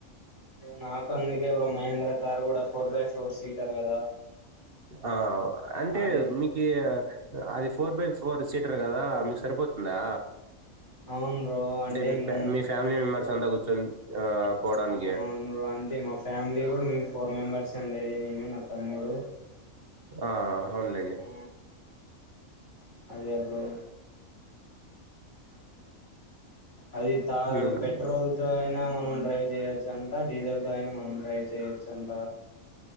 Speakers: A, on the left (about 80°); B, on the right (about 45°).
A: నాక అందుకే బ్రో మహేంద్ర తార్ కూడా ఫోర్ బై ఫోర్ సీటర్ కదా
B: ఆ అంటే
A: అదే
B: మీకి అది ఫోర్ బై ఫోర్ సీటర్ కదా మీకు సరిపోతుందా
A: అవును బ్రో అంటే
B: మీ
A: ఇంగ్
B: ఫ్యా
A: ము
B: మీ ఫ్యామిలీ మెంబర్స్ అంతా కూర్చొని ఆ పోవడానికి
A: అవును అంతే మా ఫ్యామిలీ కూడా మేమ్ ఫోర్ మెంబెర్స్ ఉండేది నేను నా తమ్ముడు
B: ఆ అవునులెండీ
A: ఆ అదే అప్పుడు అది తారు
B: హ్మ్.
A: పెట్రోల్ తో మనం డ్రైవ్ చేయొచ్చు అంట డీజిల్ త అయినా మనం డ్రై్ చేయొచ్చ అంట